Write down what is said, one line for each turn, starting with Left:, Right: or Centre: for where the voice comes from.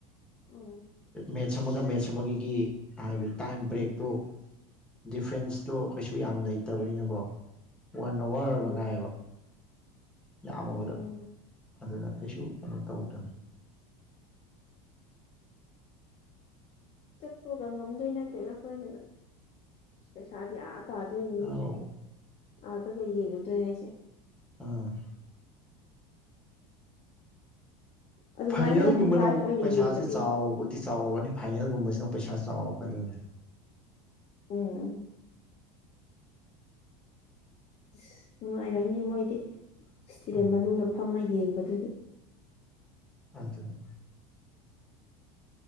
Left: ꯎꯝ
Centre: ꯃꯦꯠꯁ ꯑꯃꯒ ꯃꯦꯠꯁ ꯑꯃꯒꯤꯒꯤ ꯍꯥꯏꯕꯗꯤ ꯇꯥꯏꯝ ꯕ꯭ꯔꯦꯛ ꯑꯣ ꯗꯤꯐ꯭ꯔꯦꯟꯁꯇꯣ ꯀꯩꯁꯨ ꯌꯥꯝ ꯂꯩꯇꯕꯅꯤꯅꯀꯣ ꯋꯥꯟ ꯑꯋꯥꯔ
Left: ꯎꯝ
Centre: ꯃꯉꯥꯏꯑꯕ ꯌꯥꯝꯃꯕꯗ
Left: ꯑꯣ
Centre: ꯑꯗꯨꯅ ꯀꯩꯁꯨ ꯀꯩꯅꯣ ꯇꯧꯗ꯭ꯔꯕꯅꯤ
Left: ꯆꯠꯄꯒ ꯉꯝꯗꯣꯏ ꯅꯠꯇꯦ ꯅꯈꯣꯏꯗꯨꯗ ꯄꯩꯁꯥꯗꯤ ꯑ ꯇꯥꯗꯣꯏꯅꯤꯅꯦ
Centre: ꯑꯧ
Left: ꯑꯥꯒꯒ ꯌꯦꯡꯉꯨꯗꯣꯏ ꯍꯥꯏꯁꯦ
Centre: ꯎꯝ
Left: ꯑꯗꯨꯃꯥꯏꯅ
Centre: ꯐꯥꯏꯅꯦꯜꯒꯨꯝꯕꯅ
Left: ꯍꯥꯏꯗꯤ ꯂꯥꯏꯐ
Centre: ꯑꯃꯨꯛ
Left: ꯑꯣꯏꯅ
Centre: ꯄꯩꯁꯥꯁꯦ
Left: ꯌꯦꯡꯕꯗꯤ
Centre: ꯆꯥꯎꯕꯗꯤ ꯆꯥꯎꯔꯒꯅꯤ ꯐꯥꯏꯅꯦꯜꯒꯨꯝꯕꯁꯤꯅ ꯄꯩꯁꯥ ꯆꯥꯎꯔꯛꯀꯗꯣꯏꯅꯤ
Left: ꯎꯝ ꯑꯁ ꯅꯨꯡꯉꯥꯏꯔꯝꯅꯤ ꯃꯣꯏꯗꯤ ꯏꯁꯇꯦꯗꯤꯌꯝ
Centre: ꯑꯧ
Left: ꯃꯅꯨꯡꯗ ꯐꯝꯃ ꯌꯦꯡꯕꯗꯨꯗꯤ
Centre: ꯑꯗꯨ ꯑꯗꯨꯅꯤ